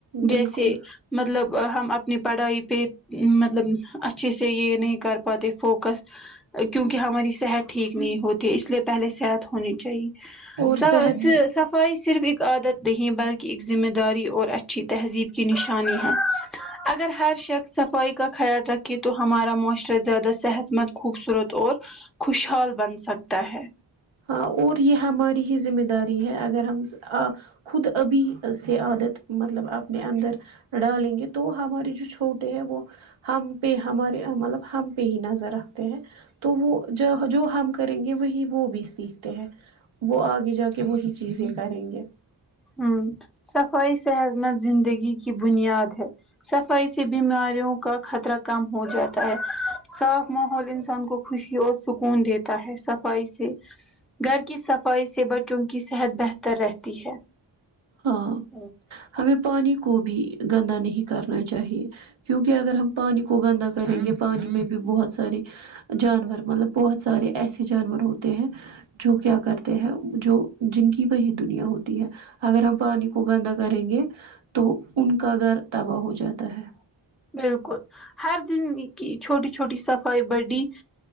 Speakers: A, on the right; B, in the centre.
A: بالکل
B: جیسے مطلب ہم اپنی پڑھائی پہ مطلب اچھے سے یہ نہیں کر پاتے فوکس کیونکہ ہماری صحت ٹھیک نہیں ہوتی ہے اس لیے پہلے صحت ہونی چاہی
A: اور
B: سب
A: صحت
B: سب خاہش صرف ایک عادت نہیں بلکہ ایک ذمہ داری اور اچھی تہذیب کی نشانی ہے اگر ہر شخص صفائی کا خیال رکھے تو ہمارا معاشرہ زیادہ صحت بہت خوبصورت اور خوشحال بن سکتا ہے
A: ہاں اور یہ ہماری ہی ذمہ داری ہے اگر ہم ا خود ابھی سے عادت مطلب اپنے اندر ڈالیں گے تو ہمارے جو چھوٹے ہیں وہ ہم پہ ہمارے ملب ہم پہ ہی نظر رکھتے ہیں تو وہ جو ہم کریں گے وہی وہ بھی سیکھتے ہیں وہ آگے جا کے وہی چیزیں کریں گے
B: همم صفائی صحت مند زندگی کی بنیاد ہے صفائی سے بیماریوں کا خطرہ کم ہو جاتا ہے صاف ماحول انسان کو خوشی اور سکون دیتا ہے صفائی سے گھر کی صفائی سے بچوں کی صحت بہتر رہتی ہے
A: ہاں
B: او
A: ہمیں پانی کو بھی گندا نہیں کرنا چاہیے کیونکہ اگر ہم پانی کو گندا کریں گے پانی میں بھی بہت ساری جانور مطلب بہت سارے ایسے جانور ہوتے ہیں جو کیا کرتے ہیں جو جن کی وہی دنیا ہوتی ہے اگر ہم پانی کو گندا کریں گے تو ان کا گھر تباہ ہو جاتا ہے
B: بالکل ہر دن کی چھوٹی چھوٹی صفائی بڑی